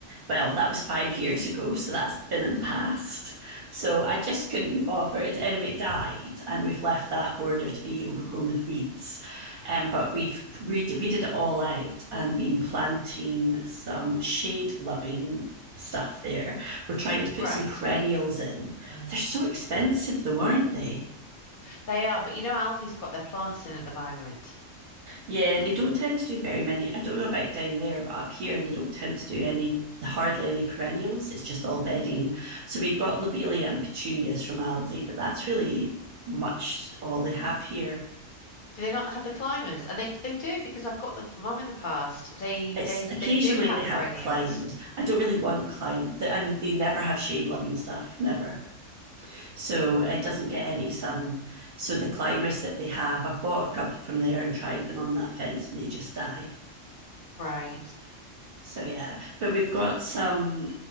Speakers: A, on the right (about 55°); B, on the left (about 50°).
A: well, that was five years ago, so that's been and past. So I just couldn't be bothered. Anyway, it died, and we've left that border to be overgrown with weeds. Um, but we've we did, we did it all out and been planting some shade loving stuff there. We're trying to put
B: Right.
A: some perennials in. Mm. They're so expensive, though, aren't they?
B: They are. But you know, Aldi's got their plants in at the moment.
A: Yeah, they don't tend to do very many. I don't know about down there, but up here they don't tend to do any hardly any perennials. It's just all bedding. So we've got lobelia and petunias from Aldi, but that's really much all they have here.
B: Do they not have the climbers? And they they do because I've got them for mum in the past. They
A: It's
B: they
A: occasionally
B: they do have
A: they have
B: perennials.
A: climbers. I don't really want climb, the- and they never have shade loving stuff, never. So it doesn't get any sun. So the climbers that they have, I've bought a couple from there and tried them on that fence, and they just die.
B: Right.
A: So yeah, but we've got some